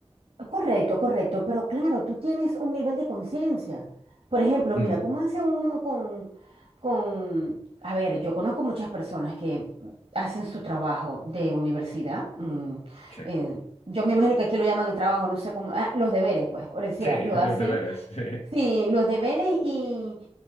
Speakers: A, on the right; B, on the left.
A: Correcto, correcto, pero claro, tú tienes un nivel de conciencia. Por ejemplo, mira,
B: Mm,
A: ¿cómo hace uno con, con, a ver, yo conozco muchas personas que hacen su trabajo de universidad. mm,
B: sí.
A: eh, yo me imagino que aquí lo llaman el trabajo, no sé cómo, ah, los deberes, pues, por decir,
B: Sí,
A: ah, lo
B: <laughs>
A: hacen,
B: los deberes. sí.
A: sí, los deberes y